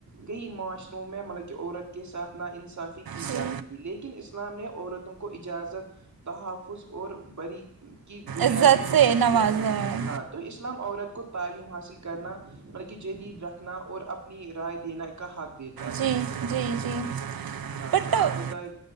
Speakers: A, on the right (about 55°); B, on the right (about 85°).
A: کئی معاشروں میں ملبک عورت کے ساتھ نا انصافی کی
B: جی
A: جاتی تھی لیکن اسلام نے عورتوں کو اجازت تحفظ اور بری کی بنیادی
B: عزت
A: حقوق
B: سے نوازا
A: دیا
B: ہے
A: ہاں تو اسلام عورت کو تعلیم حاصل کرنا مطلب کہ ج عید رکھنا اور اپنی رائے دینا ایک کا حق دتے
B: جی جی جی
A: ہاں
B: بٹ
A: ہاں آپ بتائی